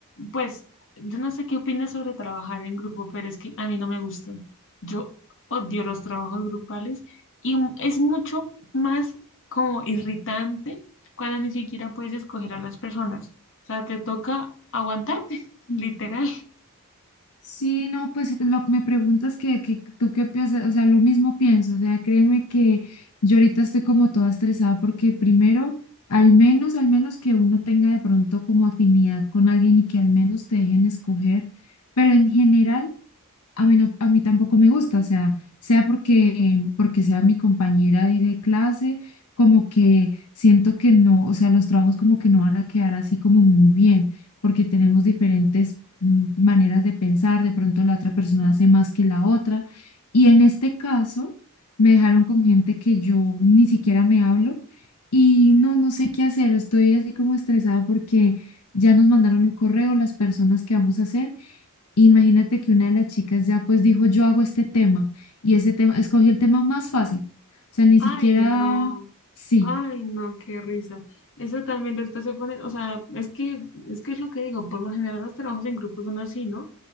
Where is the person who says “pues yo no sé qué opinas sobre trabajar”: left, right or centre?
Left